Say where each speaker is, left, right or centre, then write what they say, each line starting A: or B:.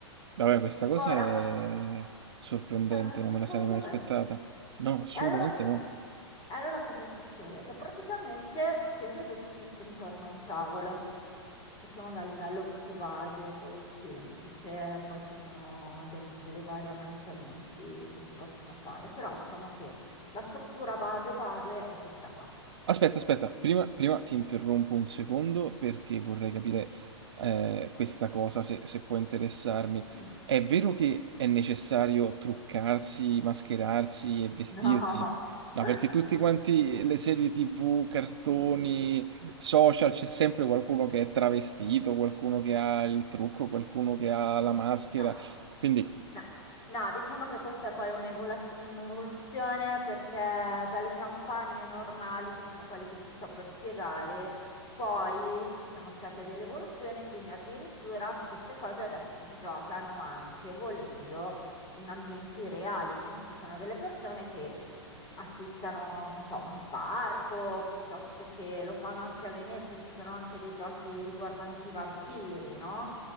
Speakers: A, on the right; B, on the left.
A: vabbè, questa cosa
B: Ora,
A: è sorprendente,
B: Ah,
A: non
B: pensavo
A: me la sarei
B: lo sapessi.
A: mai aspettata. No,
B: Sì. E
A: assolutamente
B: allora, co-
A: no.
B: allora cosa succede? Che praticamente si è seduti tutti intorno a un tavolo. Partiamo dal livello proprio base, quello più semplice, poi ci sono del- delle vari avanzamenti che si possono fare, però diciamo che la struttura base base è questa qua.
A: Aspetta, aspetta, prima, prima ti interrompo un secondo perché vorrei capire eh, questa cosa, se, se può interessarmi.
B: Mm.
A: È vero che è necessario truccarsi, mascherarsi e vestirsi?
B: No,
A: No,
B: <laughs>
A: perché tutti
B: no,
A: quanti le serie TV, cartoni, social, c'è sempre qualcuno che è travestito, qualcuno che ha il trucco, qualcuno che ha la maschera.
B: no.
A: Quindi
B: No, no, diciamo che questa è poi un'evolaz- è un'evoluzione perché dalle campagne normali, che sono quelle che ti sto per spiegare, poi ci sono state delle evoluzioni, quindi addirittura s- queste cose adesso si giocano anche volendo in ambienti reali, quindi ci sono delle persone che boh, affittano, non so, un parco, piuttosto che lo fanno anche a Venezia, ci sono anche dei giochi riguardanti i vampiri, no?